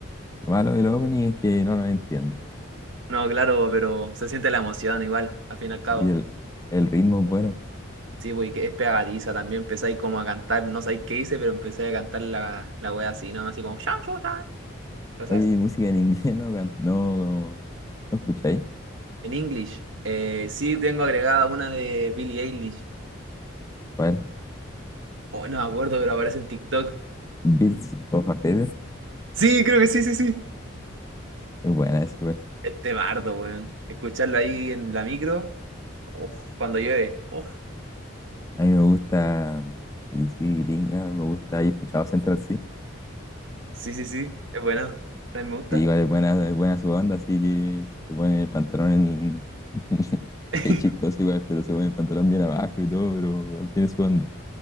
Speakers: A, on the left; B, on the right.
A: Lo malo del opening es que no lo entiendo.
B: No, claro, pero se siente la emoción igual, al fin y al cabo.
A: Y el, el ritmo es bueno.
B: Sí, güey, que es pegadiza también. Empecé ahí como a cantar, no sabéis qué hice, pero empecé a cantar la, la wea así, nomás así como. "Sha, sha, sha". Cosas
A: Oye,
B: así.
A: ¿y música en inglés no, can- no, no escucháis?
B: En English. Eh, sí, tengo agregada una de Billie Eilish.
A: ¿Cuál?
B: Oh, no me acuerdo, pero aparece en TikTok.
A: Birds of a Feather.
B: Sí, creo que sí, sí, sí.
A: Es buena esa, igual.
B: Este bardo, weón. Escucharlo ahí en la micro. Uf, cuando llueve. Uf,
A: A mí me gusta, y sí, gringa, me gusta, he escuchado Central
B: sí, sí, sí, es bueno. También me gusta.
A: Sí, igual es buena, es buena su banda, así que se pone el pantalón en... <laughs>
B: <laughs>
A: Es chistoso igual, pero se pone el pantalón bien abajo y todo, pero igual tiene su banda.